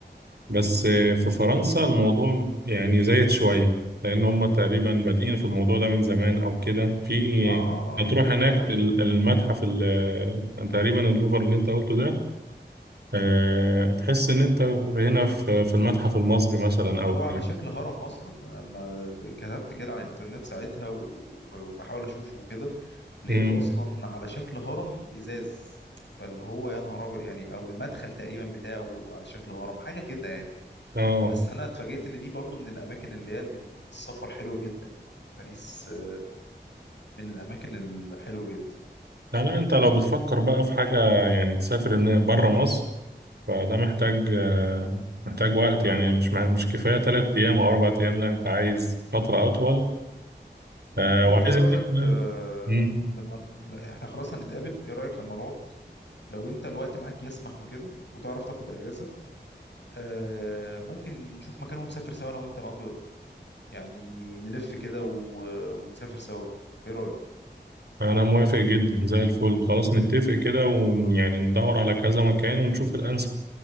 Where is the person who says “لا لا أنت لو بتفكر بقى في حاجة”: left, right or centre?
Right